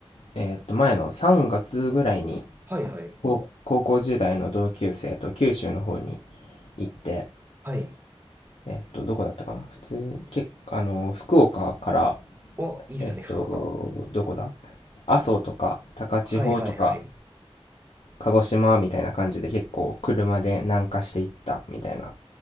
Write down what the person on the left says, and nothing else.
えっと、前の3月ぐらいに、
高高校時代の同級生と九州の方に行って、
えっと、どこだったかな普通、け、あの、福岡から、
えっと、
どこだ阿蘇とか、高千穂とか、
鹿児島みたいな感じで結構車で南下していったみたいな